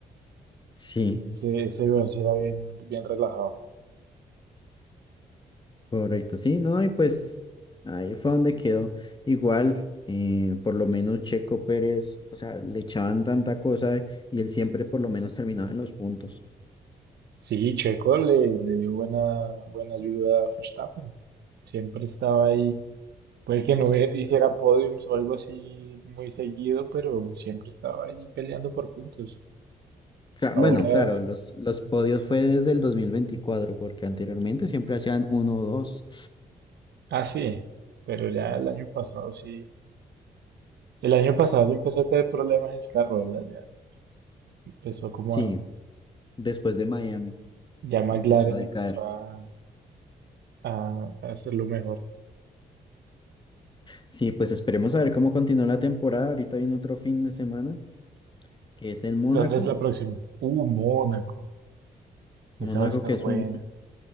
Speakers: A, on the left (about 25°); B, on the right (about 65°).
A: Sí,
B: Ese, ese Vance era bien, bien relajado.
A: correcto. Sí, no, y pues ahí fue donde quedó. Igual, eh, por lo menos Checo Pérez, o sea, le echaban tanta cosa y él siempre por lo menos terminaba en los puntos.
B: Sí, Checo le, le dio buena, buena ayuda a Verstappen. Siempre estaba ahí. Puede que no hubie- hiciera podiums o algo así muy seguido, pero siempre estaba ahí peleando por puntos.
A: Cla-
B: Ahora,
A: bueno, claro, los, los podios fue desde el 2024 porque anteriormente siempre hacían uno o dos.
B: ah, sí, pero ya el año pasado sí. El año pasado ya empezó a tener problemas el carro, ¿verdad? Ya empezó como
A: Sí,
B: a.
A: después de Miami
B: Ya McLaren
A: empezó a decaer.
B: empezó a, a, a hacerlo mejor.
A: Sí, pues esperemos a ver cómo continúa la temporada. Ahorita viene otro fin de semana, que es en Mónaco.
B: ¿Dónde es la próxima? Uh, Mónaco.
A: Mónaco,
B: Esa va a estar
A: que es
B: buena.
A: un